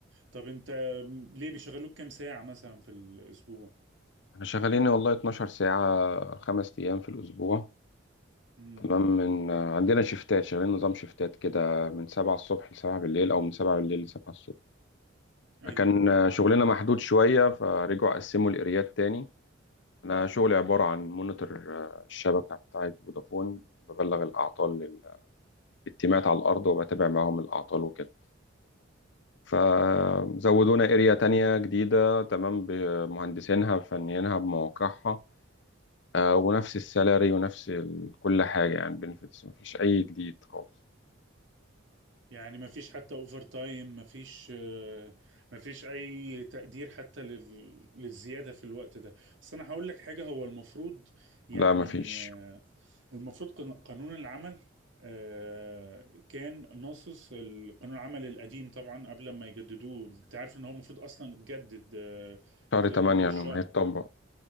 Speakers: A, on the right (about 70°); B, on the left (about 60°).
A: طب انت ليه بيشغلوك كام ساعة مثلا في الاسبوع
B: احنا شغالين والله 12 ساعه خمس ايام في الاسبوع
A: امم
B: تمام من آه، عندنا شيفتات شغالين نظام شيفتات كده من 7 الصبح ل 7 بالليل او من 7 بالليل ل 7 الصبح
A: ايوه
B: فكان آه، شغلنا محدود شويه فرجعوا قسموا الاريات تاني انا شغلي عباره عن مونيتور آه، الشبكه بتاعت فودافون ببلغ الاعطال التيمات على الأرض وبتابع معاهم الأعطال وكده فزودونا اريا تانية جديدة تمام بمهندسينها بفنيينها بمواقعها آه، ونفس السالاري ونفس ال- كل حاجة يعني بنفيتس مفيش أي جديد خالص
A: يعني ما فيش حتى اوفر تايم ما فيش ما فيش اي تقدير حتى لل... للزيادة في الوقت ده اصل انا هقول لك حاجة هو المفروض يعني
B: لا مفيش
A: المفروض قن- قانون العمل آه، كان ناصص القانون العمل القديم طبعا قبل ما يجددوه انت عارف ان هو المفروض اصلا اتجدد آه،
B: شهر
A: في
B: تمانية
A: اول الشهر
B: لما هيتطبق